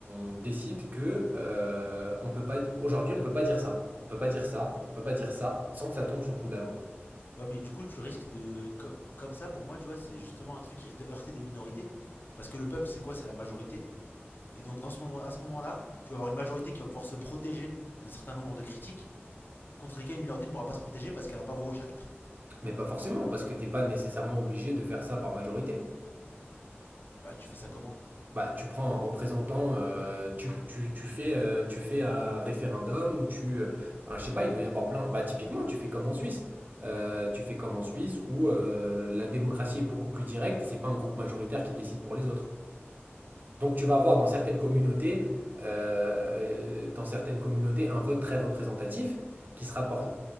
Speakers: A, on the right (about 45°); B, on the left (about 50°).
A: on décide que euh, on peut pas aujourd'hui on peut pas dire ça, on peut pas dire ça, on peut pas dire ça sans que ça tombe sous le coup de la loi.
B: Ouais, mais du coup, tu risques de. co- Comme ça, pour moi, tu vois, c'est justement un truc qui risque de heurter des minorités. Parce que le peuple, c'est quoi C'est la majorité. Et donc, dans ce moment, à ce moment-là, tu vas avoir une majorité qui va pouvoir se protéger d'un certain nombre de critiques, contre lesquelles une minorité ne pourra pas se protéger parce qu'elle n'a pas voix au chapitre.
A: Mais pas forcément parce que t'es pas nécessairement obligé de faire ça par majorité.
B: Ah, ouais, tu fais ça comment
A: Bah tu prends un représentant, euh, tu, tu, tu fais euh, tu fais un référendum ou tu euh, ben, je sais pas il doit y avoir plein. Bah typiquement tu fais comme en Suisse. Euh, tu fais comme en Suisse où euh, la démocratie est beaucoup plus directe, c'est pas un groupe majoritaire qui décide pour les autres. Donc tu vas avoir dans certaines communautés, euh, dans certaines communautés un vote très représentatif qui sera por-